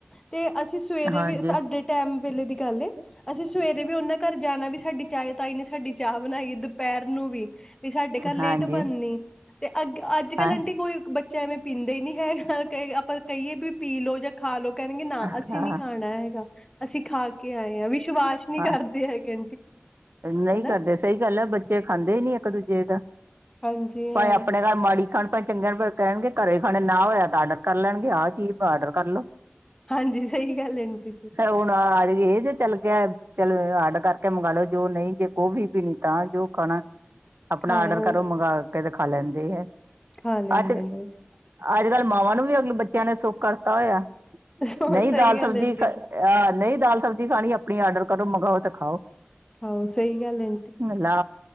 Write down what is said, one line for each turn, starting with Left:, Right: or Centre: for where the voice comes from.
Left: ਤੇ ਅਸੀਂ ਸਵੇਰੇ
Right: ਹਾਂਜੀ
Left: ਵੀ, ਸਾਡੇ ਟੈਮ ਵੇਲੇ ਦੀ ਗੱਲ ਏ ਅਸੀਂ ਸਵੇਰੇ ਵੀ ਉਹਨਾਂ ਘਰ ਜਾਣਾ ਵੀ, ਸਾਡੀ ਚਾਏ ਤਾਈ ਨੇ ਸਾਡੀ ਚਾਹ ਬਣਾਈ ਏ ਦੁਪਹਿਰ ਨੂੰ ਵੀ ਵੀ ਸਾਡੇ ਘਰ ਲੇਟ
Right: ਹਾਂਜੀ
Left: ਬਣਨੀ, ਤੇ ਅੱ ਅੱਜ- ਕੱਲ੍ਹ
Right: ਹਾਂ
Left: ਆਂਟੀ ਕੋਈ ਬੱਚਾ ਐਵੇਂ ਪੀਂਦਾ ਹੀ ਨਹੀਂ ਹੈਗਾ ਕ ਆਪਾਂ ਕਹੀਏ ਵੀ ਪੀ ਲਓ ਜਾਂ ਖਾ ਲਓ ਕਹਿਣਗੇ, ਨਾ
Right: ਹਾਂ
Left: ਅਸੀਂ ਨੀ ਖਾਣਾ ਹੈਗਾ ਅਸੀਂ ਖਾ ਕੇ ਆਏ ਹਾਂ, ਵਿਸ਼ਵਾਸ ਨਹੀਂ
Right: ਹਾਂ
Left: ਕਰਦੇ ਹੈਗੇ
Right: ਨਹੀਂ
Left: ਹਨਾ
Right: ਕਰਦੇ ਸਹੀ ਗੱਲ ਹੈ, ਬੱਚੇ ਖਾਂਦੇ ਨੀ ਇੱਕ ਦੂਜੇ ਦਾ
Left: ਹਾਂਜੀ ਹਾਂ
Right: ਭਾਵੇਂ ਆਪਣੇ ਘਰ ਮਾੜੀ ਖਾਣ ਪ ਚੰਗੇ ਕਹਿਣਗੇ, ਘਰੇ ਖਾਣੇ ਨਾ ਹੋਇਆ ਤਾਂ ਆਰਡਰ ਕਰ ਲੈਣਗੇ, ਆਹ ਚੀਜ਼ ਆਰਡਰ ਕਰ ਲੋ
Left: ਹਾਂਜੀ ਸਹੀ ਗੱਲ ਹੈ, ਆਂਟੀ ਜੀ
Right: ਹੁਣ ਆ ਇਹ ਜੇ ਚੱਲ ਗਿਆ ਚਲੋ, ਆਰਡਰ ਕਰਕੇ ਮੰਗਾ ਲਉ ਜੋ ਨਹੀਂ ਜੇ ਉਹ ਵੀ ਪੀਂਦਾ ਤਾਂ ਜੋ ਖਾਣਾ ਆਪਣਾ
Left: ਖਾ
Right: ਆਡਰ
Left: ਉਹ
Right: ਕਰੋ ਮੰਗਵਾ ਕੇ ਖਾ ਲੈਂਦੇ ਹੈ,
Left: ਖਾ ਲੈਂਦੇ
Right: ਅੱਜ
Left: ਨੇ
Right: ਅੱਜ ਕੱਲ੍ਹ ਮਾਵਾਂ ਨੂੰ ਵੀ ਆਪਣੇ ਬੱਚਿਆਂ ਨੇ ਸੁੱਖ ਕਰਤਾ ਹੋਇਆ,
Left: ਜੀ।
Right: ਨਹੀਂ
Left: ਸਹੀ
Right: ਦਾਲ
Left: ਗੱਲ
Right: ਸਬਜ਼ੀ
Left: ਆਂਟੀ
Right: ਆਹ
Left: ਜੀ
Right: ਨਹੀਂ ਦਾਲ ਸਬਜ਼ੀ ਖਾਣੀ, ਆਪਣੀ ਆਡਰ ਕਰੋ, ਮੰਗਾਓ ਤੇ ਖਾਓ
Left: ਖਾਓ ਸਹੀ ਗੱਲ ਏ
Right: ਮਲਾ